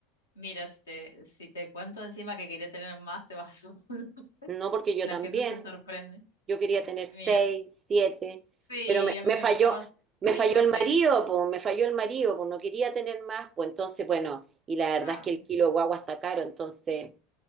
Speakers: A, on the left (about 80°); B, on the right (about 30°).
A: Mira, si te, si te cuento encima que quería tener más, te vas a <laughs> asustar.
B: No porque yo
A: La
B: también.
A: gente se sorprende.
B: Yo quería tener
A: Eh,
B: seis,
A: Mira,
B: siete,
A: sí,
B: pero me,
A: a mí
B: me
A: me
B: falló,
A: gustaba
B: me
A: cinco
B: falló
A: o
B: el
A: seis.
B: marido, pues, me falló el marido, pues no quería tener más, pues entonces, bueno, y la verdad
A: Ah,
B: es que el kilo de guagua está caro, entonces